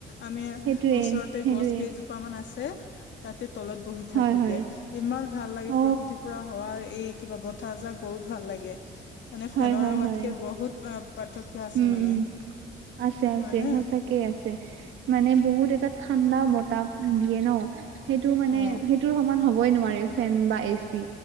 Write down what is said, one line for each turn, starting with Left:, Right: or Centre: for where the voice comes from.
Left: আমি
Right: সেইটোৱে
Left: ওচৰতে
Right: সেইটোৱে
Left: গছ কেইজোপা মান আছে তাতে তলত বহি
Right: হয়
Left: থাকোগে
Right: হয়
Left: ইমান ভাল লাগে
Right: অ
Left: প্ৰকৃতিৰ পুৰা হোৱা এই কিবা বতাহজাক বহুত ভাল লাগে মানে
Right: হয়
Left: ফেনৰ
Right: হয়
Left: আৱাতকে
Right: হয়
Left: বহুত পাৰ্থক্য আছে
Right: উম
Left: মানে
Right: উ আছে
Left: হয়নে
Right: আছে সচাক ঠিক আছে মানে বহুত এটা ঠাণ্ডা বতাহ দিয়ে ন সেইটো মানে
Left: অ
Right: সেইটো সমান হ'বই নোৱাৰে ফেন বা এ চি